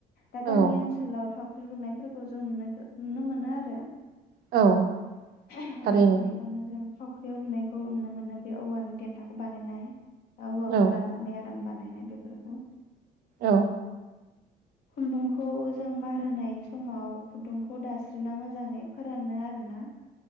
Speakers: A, on the left; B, on the right.
A: दा
B: औ
A: गामि ओनसोलाव थ' फख्रि लुनायफोरखौ जों नुनायखौ नुनो मोनो आरो
B: औ
A: औ
B: थारैनो
A: बेखौनो जों थावख्रियाव लुनायखौ नुनो मोनो बे औवानि देन्थाखौ बानायनाय। औ औवाखौ
B: औ
A: दान्दाबनाय आराम बानायनाय बेफोरखौ
B: औ।
A: खुन्दुंखौ जों मार होनाय समाव खुन्दुंखौ दास्रिना मोजाङै फोरानो आरोना।